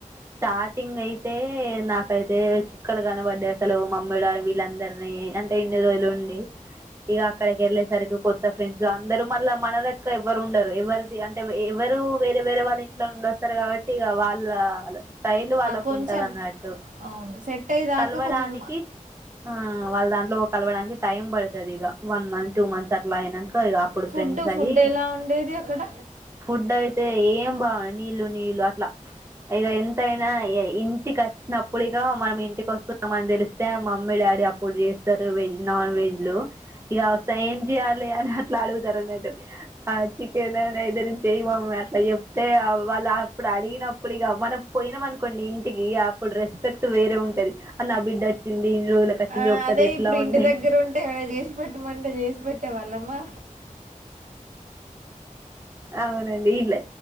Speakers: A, on the right (about 20°); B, on the right (about 70°).
A: స్టార్టింగ్ అయితే తే నా అయితే చుక్కలు కనపడ్డాయి అసలు మమ్మీ డాడీ వీళ్ళందరినీ అంటే ఇన్ని రోజులు ఉండి ఇగా ఆక్కడకి ఎల్లే సరికి కో త్త ఫ్రెండ్స్ అందరు మళ్ళ మన దగ్గ ఎవరు ఉండరు ఎవరిది అంటే ఎవరు వేరే వేరే వాళ్ళ ఇంట్లో ఉండి వస్తారు కాబట్టి ఇగ వాళ్ళ స్టైల్ వాళ్ళకు
B: కొంచెం
A: ఉంటది అన్నట్టు
B: అవును సెట్ అయ్యేదాకా
A: కలవడానికి
B: కొంచెం
A: ఆహ్ వాళ్ళ దాంట్లో కలవడానికి టైమ్ పడతాది ఇగ వన్ మంత్ టూ మంత్స్ అట్లా అయినాక ఇక అప్పుడు
B: ఫుడ్
A: ఫ్రెండ్స్ అయి
B: ఫుడ్ ఎలా ఉండేది అక్కడ
A: ఫుడ్ అయితే ఏ ఏం బా నీళ్లు నీళ్లు అట్లా ఇక ఎంతయినా ఇంటికిచ్చినడు ఇప్పుడిక మనం ఇంటికి వస్తుంనామని తెలిస్తే మమ్మీ డాడీ అప్పుడు చేస్తారు వెజ్ నాన్ వెజ్లు ఇగా వేస్తే ఏం చెయ్యాలి అని అట్లా అడుగుతారు అన్నట్టు ఆహ్ చికెన్ అనా ఏదైనా చేయ్య మమ్మీ అట్లా చెప్తే వాళ్ళు అప్పుడు అడిగినప్పుడు ఆప్పుడిక మనం పోయినాం అనుకోండి ఇంటికి అప్పుడు రెస్పెక్ట్ వేరే ఉంటది ఆ నా బిడ్డ వచ్చింది ఎన్ని రోజులకచ్చింది
B: ఆ
A: ఒక్కది
B: అదే
A: ఎట్లా
B: ఇప్పుడు
A: ఉంది
B: ఇంటి దగ్గర ఉంటే ఏమైనా చేసి పెట్టమంటే చేసి పెట్టేవాళ్ళమ్మా
A: అవునండి ీట్